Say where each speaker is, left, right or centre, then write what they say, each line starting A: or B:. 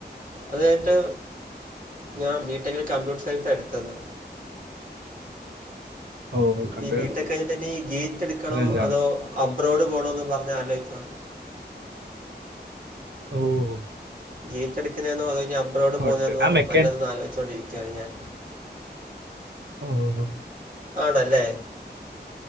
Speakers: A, on the right; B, on the right.
A: അത് കഴിഞ്ഞിട്ട് ഞാൻ ബിടെക്കിൽ കമ്പ്യൂട്ടർ സയൻസാ എടുത്തത്
B: ഓ കമ്പ്യൂട്ടർ
A: ഈ ബി ടെക്ക് കഴിഞ്ഞിട്ട്നി ഗേറ്റ് എടുക്കണോ
B: സയൻസ്
A: അതോ
B: ആണ്
A: അബ്രോഡ് പോണോന്ന് പറഞ്ഞ് ആലോചിക്കാ
B: ഓ ഓഹ്
A: ഗേറ്റ് എടുക്കുന്നതെന്നോ അതോ അബ്റോഡ് പോകുന്നതെന്നോ
B: ഉണ്ട് ആ മെക്കാൻ
A: നല്ലതെന്ന് ആലോചിച്ചുകണ്ടിരിക്കുവണ് ഞാൻ
B: ഓഹ്
A: ആണല്ലേ